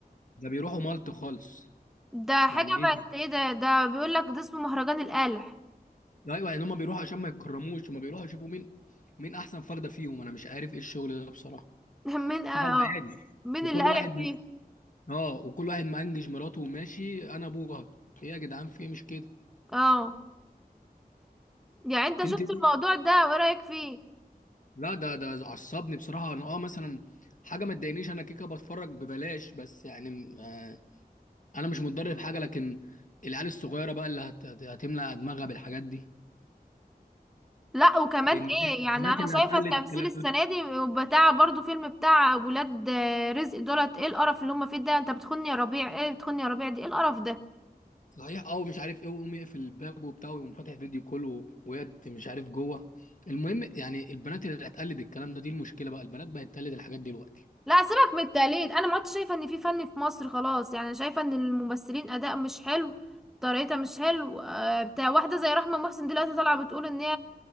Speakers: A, on the left; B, in the centre.
A: ده بيروحوا مالط خالص
B: ده حاجة
A: يعني ايه
B: بقت ايه ده ده بيقولك ده اسمه مهرجان القالح
A: ايوه يعني هم بيروحوا عشان ما يتكرموش هم بيروحوا يشوفوا مين مين احسن فرده فيهم انا مش عارف ايه الشغل ده بصراحه
B: <laughs> مين اه
A: لا هو عادي
B: مين
A: وكل
B: اللي قالح
A: واحد
B: فيه
A: اه وكل واحد مأنجج مراته وماشي انا ابوها ايه يا جدعان في ايه مش كده
B: اه يعني انت شفت
A: انت
B: الموضوع ده وايه رأيك فيه
A: لا ده ده عصبني بصراحه انا اه مثلا حاجه ما تضايقنيش انا كيكه بتفرج ببلاش بس يعني آه انا مش متضرر في حاجه لكن العيال الصغيره بقى اللي هت... هتملى دماغها بالحاجات دي
B: لا وكمان
A: الناس-
B: ايه يعني
A: البنات
B: انا
A: اللي
B: شايفة
A: هتقلد
B: التمثيل
A: الكلام
B: السنة
A: ده
B: دي بتاع برضو فيلم بتاع ولاد رزق دولت ايه القرف اللي هم فيه ده انت بتخوني يا ربيع ايه بتخوني يا ربيع دي ايه القرف ده
A: صحيح اه ومش عارف ايه ويقوم يقفل الباب وبتاع ويقوم فاتح فيديو كول و- ويد مش عارف جوه المهم يعني البنات اللي هتقلد الكلام ده دي المشكله بقى البنات بقت تقلد الحاجات دي دلوقتي
B: لا سيبك من التقليد انا ما عدتش شايفه ان في فن في مصر خلاص يعني انا شايفه ان الممثلين اداء مش حلو طريقتها مش حلو آه، بتاع واحده زي رحمه محسن دلوقتي طالعه بتقول ان هي